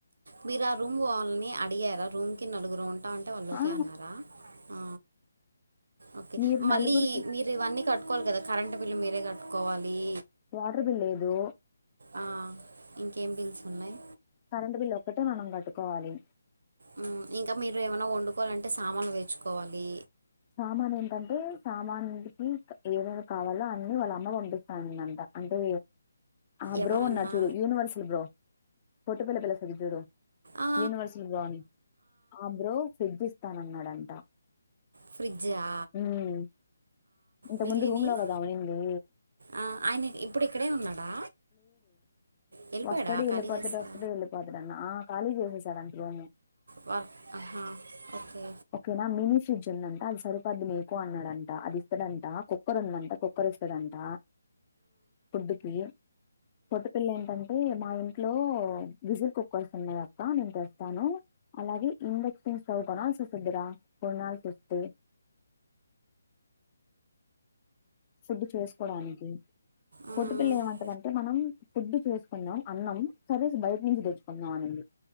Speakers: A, on the right (about 70°); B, on the left (about 25°).
A: మీరు ఆ రూమ్ వాళ్ళని అడిగారా రూమ్ కి నలుగురమున్ టామ్ అంటే వాళ్ ఓకె
B: ఆ
A: అన్నారా? ఆ. ఓకే
B: మీరు
A: మళ్ళీ
B: నలుగురికి
A: మీరు ఇవన్నీ కట్టుకోవాలి కదా, కరెంట్ బిల్లు మీరే కట్టుకోవాలి.
B: వాటర్ బిల్ లేదు.
A: ఆ, ఇంకేం బిల్స్ ఉన్నాయి?
B: కరెంట్ బిల్ ఒక్కటే మనం కట్టుకోవాలి.
A: ఆ ఇంకా మీరు ఏమైనా వండుకోవాలంటే, సామాన్లు తెచ్చుకోవాలి.
B: సామాన్ ఏంటంటే, సామాన్కి ఏమేమి కావాలో అన్ని వాళ్ళ అమ్మ పండిస్తా అనిందంట. అంటే ఆ
A: ఎవరన్నా
B: బ్రో ఉన్నారు చూడు, యూనివర్సల్ బ్రో, పొట్టి పిల్ల పిలుస్తది చూడు
A: ఆ,
B: యూనివర్సల్ బ్రో అని, ఆ బ్రో ఫ్రీడ్జ్ ఇస్తానన్నాడంట.
A: ఫ్రిడ్జా?
B: ఉమ్ ఇంత
A: మిగిలినవి
B: ముందు రూమ్ లో కదా ఉన్నింది,
A: ఆ ఆయన ఇప్పుడు ఇక్కడే ఉన్నాడా? వెళ్ళిపోయాడా
B: వస్తడు వెళ్ళిపోతాడు.
A: ఖాళీ చేస్తా
B: వస్తడు వెళ్ళిపోతాడన్న. ఆ ఖాళీ చేసేసాడంట రూము.
A: వ ఆహా ఓకే.
B: ఓకేనా మినీ ఫ్రిడ్జ్ ఉందంట అది సరిపోద్ది మీకు అన్నడంట. అది ఇస్తడంట కుక్కర్ ఉందంట, కుక్కర్ ఇస్తడంట, ఫుడ్డు కి పొట్టి పిల్ల ఏంటంటే, మా ఇంట్లో విజిల్ కుక్కర్స్ ఉన్నాయక్క. నేను తెస్తాను. అలాగే ఇండక్షన్ స్టవ్ కొనాల్సోస్తది రా. కొనాల్సోస్తే ఫుడ్డు చేసుకోడానికి.
A: ఆ
B: పొట్టి పిల్ల ఏమంటదంటే, మనం ఫుడ్ చేసుకుందాం అన్నం. కర్రీస్ బయట నుంచి తెచ్చుకుందాం అనింది.